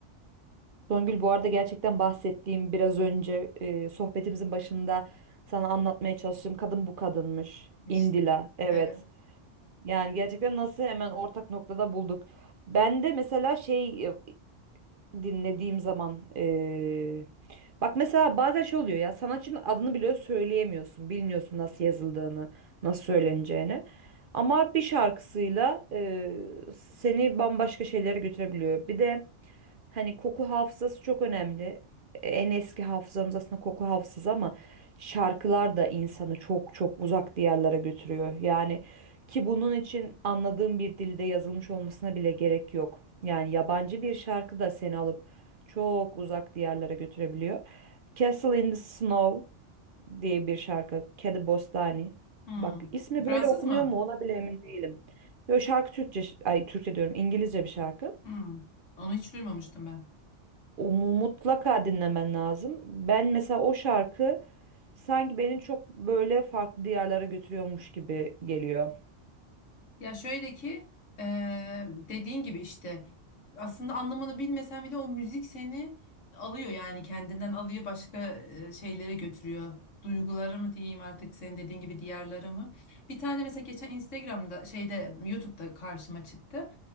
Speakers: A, on the right; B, on the left.
A: Songül bu arada gerçekten bahsettiğim biraz önce e, sohbetimizin başında sana anlatmaya çalıştığım kadın bu kadınmış.
B: İşte
A: Indila, evet.
B: evet.
A: Yani gerçekten nasıl hemen ortak noktada bulduk. Ben de mesela şey e, dinlediğim zaman e, Bak mesela bazen şey oluyor ya sanatçının adını bile söyleyemiyorsun. Bilmiyorsun nasıl yazıldığını, nasıl söyleneceğini. Ama bir şarkısıyla e, seni bambaşka şeylere götürebiliyor. Bir de hani koku hafızası çok önemli. En eski hafızamız aslında koku hafızası ama şarkılar da insanı çok çok uzak diyarlara götürüyor. Yani ki bunun için anladığım bir dilde yazılmış olmasına bile gerek yok. Yani yabancı bir şarkı da seni alıp çok uzak diyarlara götürebiliyor. Castle in the Snow diye bir şarkı. Kedi Bostani.
B: Hmm.
A: Bak ismi
B: Fransız
A: böyle okunuyor
B: mı?
A: mu ona bile emin değilim. Yo şarkı Türkçe, ay Türkçe diyorum İngilizce bir şarkı.
B: Hmm. Onu hiç duymamıştım ben.
A: O mu- mutlaka dinlemen lazım. Ben mesela o şarkı sanki beni çok böyle farklı diyarlara götürüyormuş gibi geliyor.
B: Ya şöyle ki eee, dediğin gibi işte aslında anlamını bilmesen bile o müzik seni alıyor yani kendinden alıyor başka eee, şeylere götürüyor. Duyguları mı diyeyim artık senin dediğin gibi diğerleri mı? Bir tane mesela geçen Instagram'da şeyde YouTube'da karşıma çıktı.